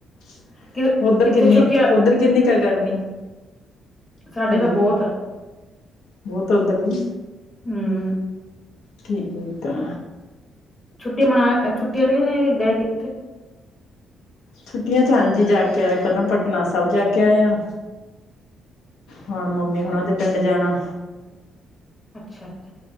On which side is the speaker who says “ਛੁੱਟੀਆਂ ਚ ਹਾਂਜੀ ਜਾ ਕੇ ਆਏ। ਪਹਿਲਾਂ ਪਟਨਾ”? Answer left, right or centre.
Left